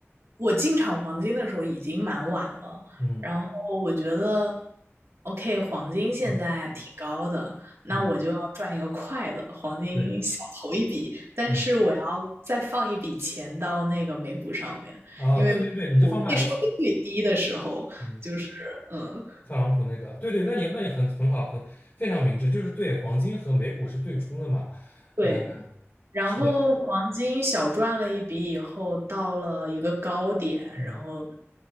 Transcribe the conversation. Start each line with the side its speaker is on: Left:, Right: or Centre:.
Right: 我进场黄金的时候已经蛮晚了，
Left: 嗯
Right: 然后我觉得，OK，黄金现在挺高的，
Left: 嗯，
Right: 那我就要赚一个快的，
Left: 嗯
Right: 黄金小投一笔，
Left: 对，
Right: 但是我要再放一笔钱到那个美股上面，
Left: 嗯，哦，
Right: 因为我股那时候是最低的时候，
Left: 对对对，你这方法是嗯，
Right: 就是嗯，
Left: 特朗普那个，对对，那你那你很很好，很非常明智，就是对黄金和美股是对冲的嘛。
Right: 对。
Left: 呃
Right: 然后黄金小赚了一笔以后，
Left: 是的。
Right: 到了一个高点，
Left: 嗯
Right: 然后，